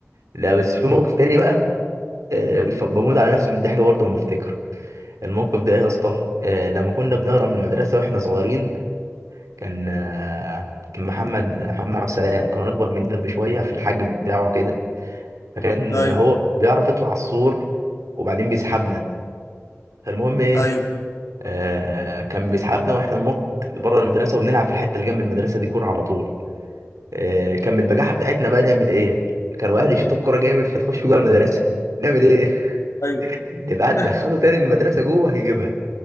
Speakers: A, on the right; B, on the left.
A: لا بس في موقف تاني بقى آه، الف- بموت على نفسي من الضحك برضه لما افتكره الموقف ده ايه يا اسطى آه، لما كنا بنهرب من المدرسة واحنا صغيرين كان آه، كان محمد محمد عبد السلام كان اكبر مننا بشوية في الحجم بتاعه كده لان
B: ايوه
A: هو بيعرف يطلع على السور وبعدين بيسحبنا فالمهم ايه
B: ايوه
A: آه كان بيسحبنا واحنا ننط بره المدرسه ونلعب في الحته اللي جنب المدرسه دي كوره على طول آه كان من البجاحه بتاعتنا بقى نعمل ايه كانوا اهلي يشوطوا الكوره جامد فتخش جوه المدرسه نعمل ايه <laughs>
B: ايوه
A: نبقى
B: <laughs>
A: دخله تاني المدرسه جوه هيجيبها